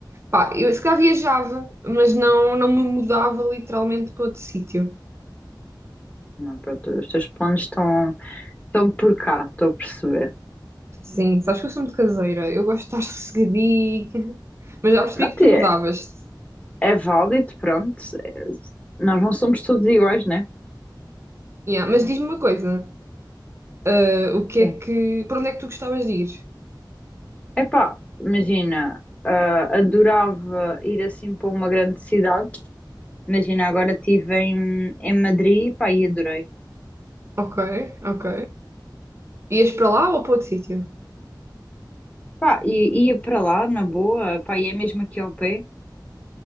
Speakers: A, on the right (about 35°); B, on the left (about 15°).
A: pá, eu se calhar viajava, mas não, não me mudava literalmente para outro sítio.
B: Não, pronto, os teus planos estão, estão por cá, estou a perceber.
A: Sim, sabes que eu sou muito caseira, eu gosto de estar sossegadinha, mas já percebi
B: Não
A: que tu
B: é,
A: mudavas-te.
B: é válido, pronto. é- nós não somos todos iguais, né?
A: Yeah, mas diz-me uma coisa, eh, o que é
B: Sim.
A: que, para onde é que tu gostavas de ir?
B: Epá, imagina, ah, adorava ir assim para uma grande cidade. Imagina, agora estive em, em Madrid, pá, e adorei.
A: Ok, ok. Ias para lá ou para outro sítio?
B: Pá, e ia para lá, na boa, pá, e é mesmo aqui ao pé.